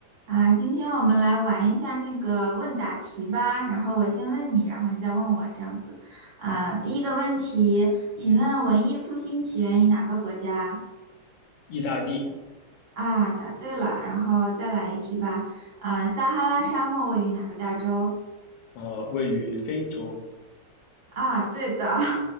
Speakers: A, on the right (about 55°); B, on the left (about 80°).
A: 啊，今天我们来玩一下那个问答题吧。然后我先问你，然后你再问我，这样子。啊，第一个问题，请问文艺复兴起源于哪个国家？
B: 意大利，
A: 啊，答对了。然后再来一题吧。啊，撒哈拉沙漠位于哪个大洲？
B: 呃，位于非洲，
A: 啊，对的。<laughs>